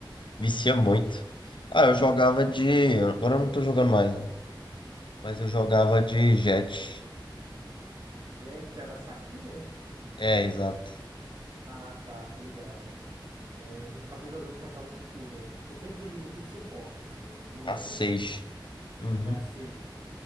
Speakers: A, on the left (about 70°); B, on the right (about 65°).
A: vicia muito. Ah, eu jogava de. Agora eu não tô jogando mais, né? Mas eu jogava de Jet.
B: Jet é das faquinhas?
A: É, exato.
B: Ah, tá, tá ligado. É, eu ficava jogando com aquela que cura. Porque eu sempre joguei muito de suporte, assim, no, no LoL,
A: A 6.
B: né?
A: Uhum.
B: É, a Sage.